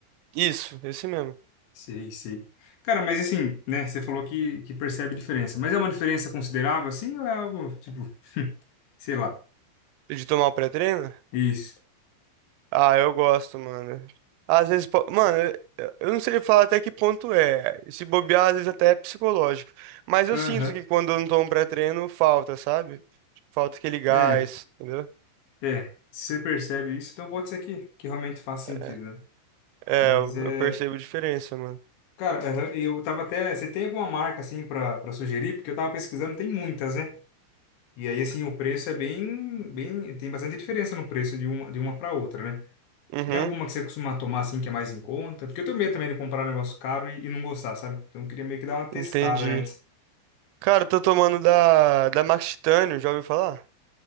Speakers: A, on the right (about 85°); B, on the left (about 65°).
A: Isso, esse mesmo.
B: Sei, sei. Cara, mas assim, né? Você falou que, que percebe diferença, mas é uma diferença considerável, assim, ou é algo tipo Sei lá.
A: De tomar o pré-treino?
B: Isso.
A: Ah, eu gosto, mano. Às vezes, po- mano, eu eu não sei falar até que ponto é. Se bobear, às vezes até é psicológico. Mas eu
B: Aham.
A: sinto que quando eu não tomo pré-treino, falta, sabe? Tipo, Falta aquele gás,
B: É,
A: entendeu?
B: é. Se você percebe isso, então pode ser que, que realmente faz sentido,
A: É,
B: né?
A: é,
B: Mas
A: eu,
B: é.
A: eu percebo a diferença, mano.
B: Cara, aham, e eu tava até. Você tem alguma marca assim pra, pra sugerir? Porque eu tava pesquisando, tem muitas, né? E aí, assim, o preço é bem, bem. Tem bastante diferença no preço de uma, de uma pra outra, né?
A: Uhum,
B: Tem alguma que você costuma tomar assim que é mais em conta? Porque eu tenho medo também de comprar um negócio caro e, e não gostar, sabe? Então eu queria meio que dar uma testada
A: entendi.
B: antes.
A: Cara, eu tô tomando da, da Max Titanium, já ouviu falar?